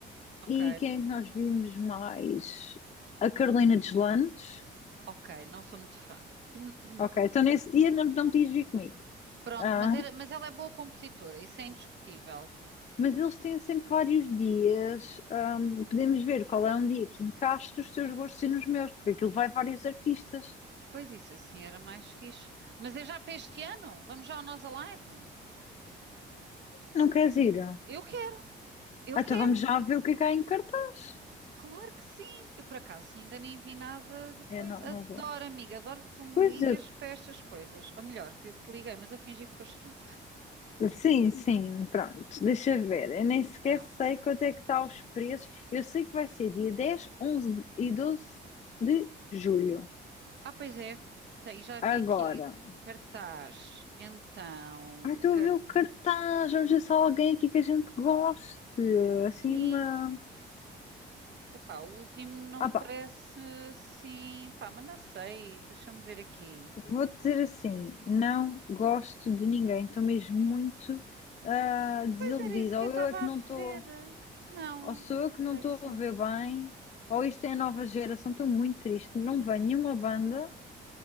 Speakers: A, on the right; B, on the left.
A: Ok,
B: E quem é que nós vimos mais? A Carolina Deslandes.
A: ok, não sou muito fã. <clears throat>
B: Ok, então nesse dia não, não me tinhas vir comigo.
A: Pronto,
B: Ah,
A: mas, era, mas ela é boa compositora, isso é indiscutível.
B: mas eles têm sempre vários dias. ahm, podemos ver qual é um dia que encaixa os teus gostos e nos meus, porque aquilo vai vários artistas.
A: Pois isso, assim era mais fixe. Mas é já para este ano? Vamos já ao Nós Alive?
B: Não queres ir?
A: Eu quero, eu
B: Ah,
A: quero,
B: então vamos já ver o que é que há em cartaz.
A: claro que sim. Eu por acaso ainda nem vi nada de coisa.
B: Eu não, não
A: Adoro,
B: vou.
A: amiga, adoro que tu me
B: Pois
A: ligas
B: eu.
A: para estas coisas. Ou melhor, fui eu que te liguei, mas a fingir que foste tu.
B: Sim, sim, pronto. Deixa ver. Eu nem
A: Então,
B: sequer sei quanto é que está os preços. Eu sei que vai ser dia 10, 11 e 12 de julho.
A: ah, pois é, tem, já vi
B: Agora.
A: aqui cartaz. Então,
B: Ai, estou
A: cartaz.
B: a ver o cartaz. Vamos ver se há alguém aqui que a gente goste. Assim,
A: Sim,
B: uma.
A: epá, o último não
B: Ah,
A: me
B: pá.
A: parece sim, pá, mas não sei, deixa-me ver aqui.
B: Vou dizer assim, não gosto de ninguém, estou mesmo muito ah, desiludida.
A: Pois era isso que
B: Ou
A: eu estava
B: eu é que
A: a
B: não estou,
A: ver. Não,
B: ou sou eu que
A: Black
B: não estou
A: Saint.
B: a ver bem, ou isto é a nova geração, estou muito triste. Não vem nenhuma banda,